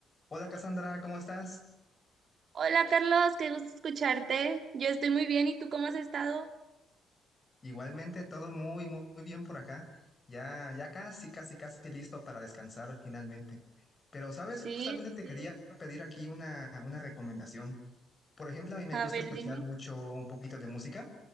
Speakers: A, on the left; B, on the right.
A: Hola Cassandra, ¿cómo estás?
B: Hola Carlos, qué gusto escucharte. Yo estoy muy bien, ¿y tú cómo has estado?
A: Igualmente, todo muy, muy, muy bien por acá. Ya, ya casi, casi, casi listo para descansar finalmente. Pero, ¿sabes?
B: Sí,
A: Justamente
B: sí,
A: te
B: sí.
A: quería pedir aquí una, una recomendación. Por ejemplo, a mí me
B: A
A: gusta
B: ver,
A: escuchar
B: dime.
A: mucho un poquito de música.